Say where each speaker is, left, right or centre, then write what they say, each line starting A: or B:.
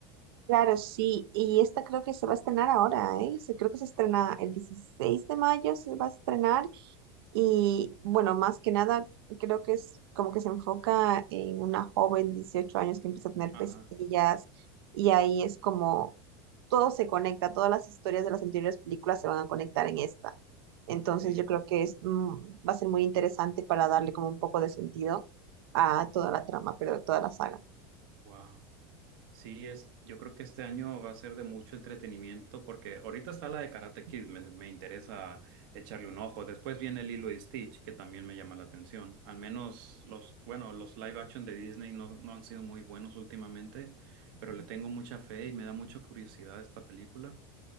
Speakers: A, on the right; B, on the right.
A: claro, sí. Y esta creo que se va a estrenar ahora, ¿eh? Se- Creo que se estrena el 16 de mayo, se va a estrenar. Y bueno, más que nada, creo que es como que se enfoca en una joven de 18 años que empieza a tener
B: Ajá,
A: pesadillas y ahí es como todo se conecta, todas las historias de las anteriores películas se van a conectar en esta. Entonces
B: sí,
A: yo creo que es, mm, va a ser muy interesante para darle como un poco de sentido a toda la trama, pero de toda la saga.
B: wow. Sí, es, yo creo que este año va a ser de mucho entretenimiento porque ahorita está la de Karate Kid, me, me interesa echarle un ojo. Después viene Lilo y Stitch, que también me llama la atención. Al menos los, bueno, los live action de Disney no, no han sido muy buenos últimamente, pero le tengo mucha fe y me da mucha curiosidad esta película.